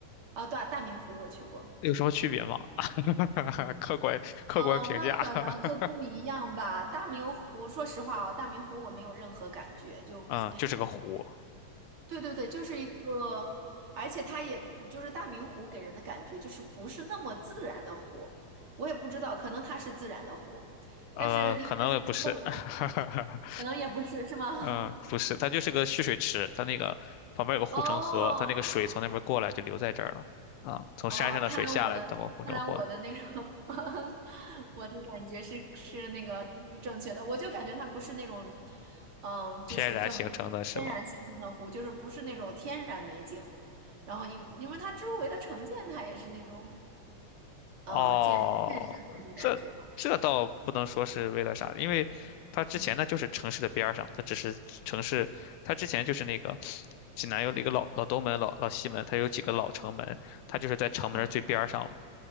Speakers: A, on the right (about 45°); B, on the left (about 90°).
A: 哦，对啊大明湖我去过。
B: 有什么区别吗？<laughs> 客观客观评价，
A: 嗯，那可能就不一样吧。
B: <laughs>
A: 大明湖，说实话哦，大明湖我没有任何感觉，就，
B: 嗯，
A: 哎，
B: 就是个湖，
A: 对对对，就是一个，而且它也就是大明湖给人的感觉就是不是那么自然的湖，我也不知道，可能它是自然的湖，
B: 呃，
A: 但是因为它周围的
B: 可能也不是，<laughs>
A: 可能也不是，是吗？
B: 嗯，
A: <laughs>
B: 不是，它就是个蓄水池，它那个旁边有个护城河，
A: 哦
B: 它那个水从那边过来就流在这儿了，啊，从山上的水下来，
A: 哦，看来我的看来我的那种
B: 通过护城河
A: <laughs> 我的感觉是是那个正确的，我就感觉它不是那种，嗯，就是正天然形成的湖，
B: 天然形成的是吗？
A: 就是不是那种天然美景，然后因因为它周围的城建它也是那种。
B: 哦，
A: 嗯，见那种感觉嘛。
B: 这这倒不能说是为了啥，因为它之前呢就是城市的边儿上，
A: 嗯，
B: 它只是城市，它之前就是那个济南有一个老老东门、老老西门，它有几个老城门，它就是在城门儿最边儿上了，
A: 嗯，